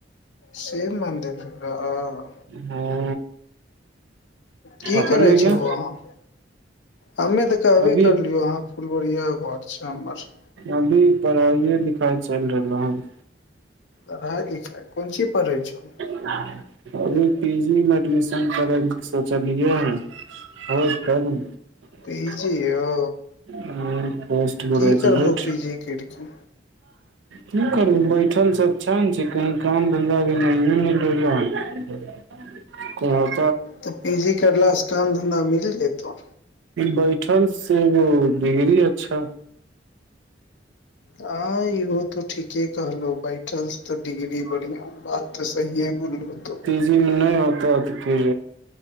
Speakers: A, on the left; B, on the right.
A: शिव मन्दिर भी रहे।
B: हं।
A: की
B: अपने
A: करे छहो
B: के
A: अहां, हमे तऽ कहबे
B: अभी
A: करलियो हां। फुलबरिया घर छै हमर।
B: अभी पढ़ाइए लिखाइ चलि रहलै हन।
A: पढ़ाइ लिखाई, कोन चीज पढ़ै छहौ।
B: अभी पी जी मे एडमिशन करैय लेल सोचलियै हन। होई तब ने।
A: पी जी यौ
B: हु पोस्टग्रेजवेट।
A: की करबहो पी जी करि कऽ
B: की करु बैठल से अच्छा न छै कहीं। काम धंधा भी नहिये मिलैये की कहब।
A: तऽ पी जी करला से काम धन्धा मिल जेतै।
B: बैठल से डिग्री अच्छा।
A: हा इहो तऽ ठीके कहलहुं बैठल से तऽ डिग्री बढ़िया, वाह। तऽ सहिए बोललो तो।
B: जिम नै होतऽ तऽ फेर।